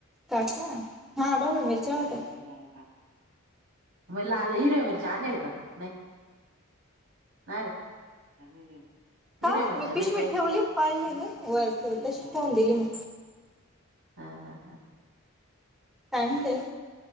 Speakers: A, in the centre; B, on the right.
A: काठ हा डोबलीमिरच होत
B: द्या खायला मग लाल हिरव्या मिरच्या आणेल का नाही ना रे हिरव्या
A: काय माहित
B: मिरच्या
A: मी पिशवी
B: नाहीते
A: ठेवली पाहिली
B: <unintelligible>
A: ना वरची तशीच ठेवून दिली मग
B: हा हा हा <inaudible>
A: काय म्हणते आई